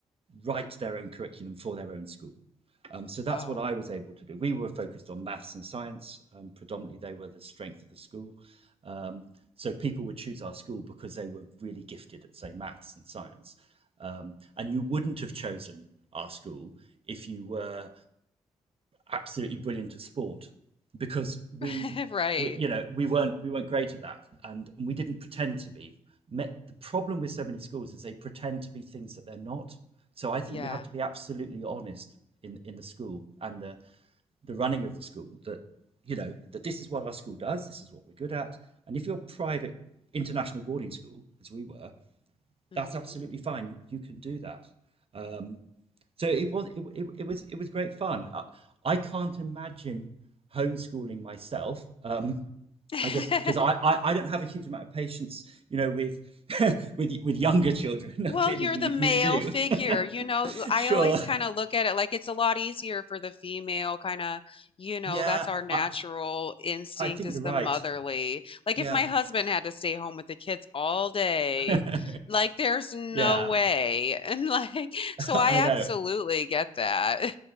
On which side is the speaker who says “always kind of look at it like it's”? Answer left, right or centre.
Left